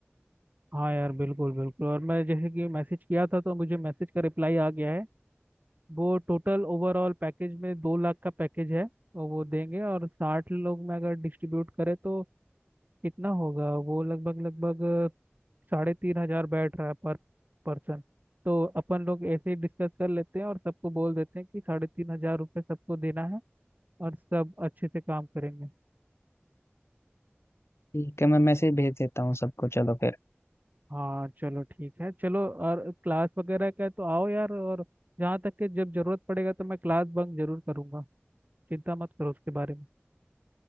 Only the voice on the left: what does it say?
ठीक है मैं मैसेज भेज देता हूँ सबको चलो फिर